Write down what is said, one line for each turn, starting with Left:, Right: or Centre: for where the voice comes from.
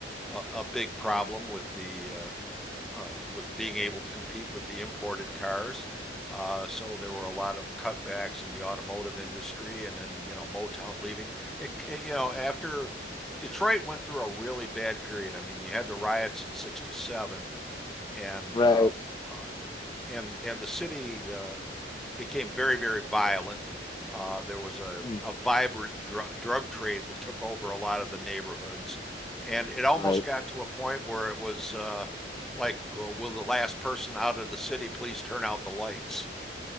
Centre: a, a big problem with the uh, uh, with being able to compete with the imported cars. Uh, so there were a lot of cutbacks in the automotive industry, and then you know Motown leaving. It, eh, you know after Detroit went through a really bad period. I mean, you had the riots in '67, and
Left: right?
Centre: um, uh, and and the city uh, became very very violent. Uh, there was a
Left: Mm.
Centre: a vibrant dr- drug trade that took over a lot of the neighborhoods, and it almost
Left: Right.
Centre: got to a point where it was uh, like, uh, will the last person out of the city please turn out the lights?